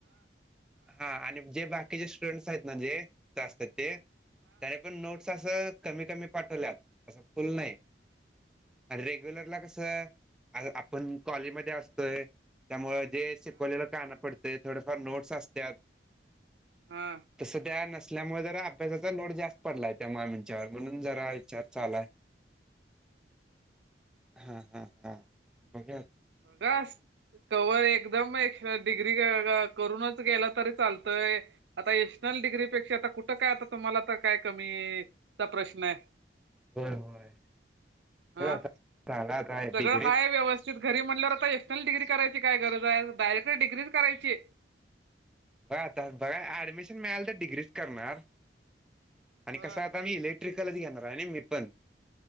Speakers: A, in the centre; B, on the right.
A: हा आणि जे बाकी स्टुडंटस आहेत ना जे असतात ते. त्याने पण नोटस अस कमी कमी पाठवल्यात. अस फुल नाही. आणि रेग्युलरला कस आपण कॉलेजमध्ये असतोय. त्यामुळे जे शिकवलेल कानावर पडतय. थोडेफार नोट्स असत्यात.
B: हा
A: तस त्या नसल्यामुळे जरा अभ्यासाचा लोड जास्त पडलाय त्या मामींवर. विचार म्हणून जरा विचार चालू हाय. हा हा हा बघा
B: <unintelligible> कवर एकदम एक डिग्री करूनच गेलं तरी चालतय. आता एशनल डिग्रीपेक्षा आता कुठं काय आता तुम्हाला तर काय कमीचा प्रश्न आहे.
A: होय होय
B: हा
A: याला काय
B: सगळं
A: डिग्री
B: हाय व्यवस्थित घरी म्हणल्यावर आता एशनल डिग्री करायची काय गरज आहे. डायरेक्ट डिग्री करायची.
A: बघ आता बघा ऍडमिशन मिळाल तर मी डिग्रीच करणार.
B: होय
A: आणि कस आता मी इले ट्रिकलच घेणार आहे नी मी पण.